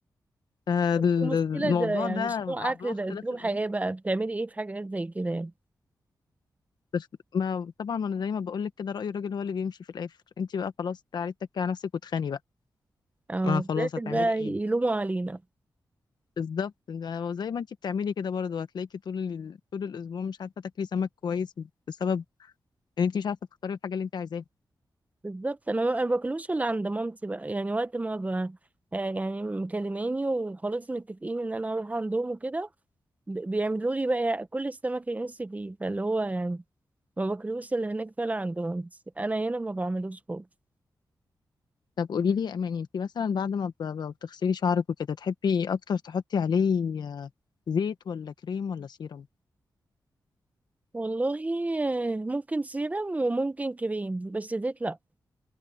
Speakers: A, on the left; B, on the right.
A: فال-
B: دي مشكله
A: الموضوع
B: ده يعني
A: ده
B: مش نوع
A: عنده
B: اكل
A: اختلاف
B: ده اسلوب
A: الآراء.
B: حياه بقى بتعملي ايه في حاجات زي كده يعني
A: بس ما طبعا ما انا زي ما بقول لك كده رأي الراجل هو اللي بيمشي في الاخر انت بقى خلاص تعالي اتكي على نفسك واتخاني بقى
B: اه
A: ما خلاص
B: في الآخر
A: هتعملي
B: بقى
A: ايه
B: يلوموا علينا
A: بالظبط ده- زي ما انت بتعملي كده برضه هتلاقيكي طول ال... طول الاسبوع مش عارفه تاكلي سمك كويس بسبب ان انت مش عارفه تختاري الحاجه اللي انت عايزاها
B: بالظبط انا ما أنا باكلوش الا عند مامتي بقى يعني وقت ما ب... آه، يعني مكلماني وخلاص متفقين ان انا هروح عندهم وكده ب- بيعملوا لي بقى كل السمك اللي نفسي فيه فاللي هو يعني ما باكلوش اللي هناك فعلا عند مامتي انا هنا ما بعملوش خالص
A: طب قولي لي يا اماني انت مثلا بعد ما ب... ب- بتغسلي شعرك وكده تحبي اكتر تحطي عليه زيت ولا كريم ولا سيرم
B: والله آه، ممكن سيرم وممكن كريم بس زيت لا